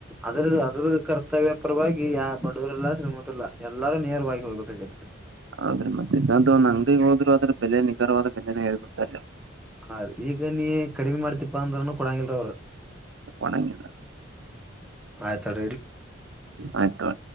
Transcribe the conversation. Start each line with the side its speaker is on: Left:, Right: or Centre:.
Centre: ಅದ್ರದ ಅದ್ರದ ಕರ್ತವ್ಯ ಪರವಾಗಿ ಯಾವ್ ಬಡುರಿಲ್ಲ ಶ್ರೀಮಂತ್ರು ಇಲ್ಲ ಎಲ್ಲಾರು ನೇರವಾಗಿ ಹೋಗ್ಬೇಕಾಗಿತ್ರಿ
Right: ಆದ್ರೆ ಮತ್ತೆ ಸದ ಒಂದ್ ಅಂಗಡಿಗೆ ಹೋದ್ರು ಆದ್ರ ಬೆಲೆ ನಿಖರವಾದ ಬೆಲೆನ ಹೇಳ್ಬಿಡ್ತಾರ
Centre: ಹಾ ಈಗ ನೀ ಕಡಿಮೆ ಮಾಡ್ತಿಪ್ಪಾ ಅಂದ್ರನುೂ ಕೊಡಂಗಲ್ರ ಅವರು
Right: ಕೊಣಂಗಲ್ಲ
Centre: ಆಯ್ತ
Right: ಆಯ್ತು